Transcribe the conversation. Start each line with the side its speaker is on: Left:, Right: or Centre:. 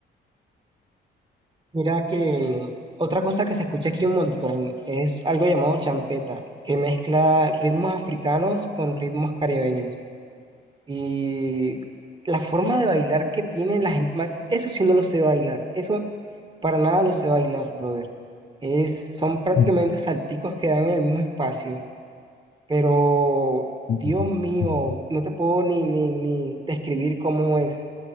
Right: Mira que otra cosa que se escucha aquí un montón es algo llamado champeta, que mezcla ritmos africanos con ritmos caribeños. Y la forma de bailar que tiene la gente, ma- eso sí no lo sé bailar, eso para nada lo sé bailar, brother. Es, son prácticamente
Left: Mm,
Right: salticos que dan en el mismo espacio, pero
Left: mm,
Right: Dios mío,
Left: mm.
Right: no te puedo ni, ni, ni describir cómo es.